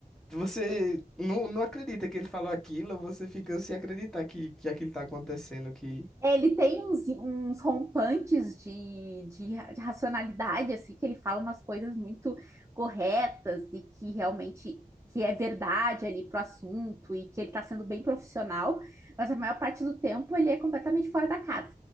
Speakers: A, in the centre; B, on the right (about 20°).
A: Você não, não acredita que ele falou aquilo, você fica sem acreditar que, que aquilo tá acontecendo, que.
B: É, Ele tem uns, uns rompantes de, de, ra- de racionalidade, assim, que ele fala umas coisas muito corretas e que realmente que é verdade ali pro assunto e que ele tá sendo bem profissional, mas a maior parte do tempo ele é completamente fora da casa,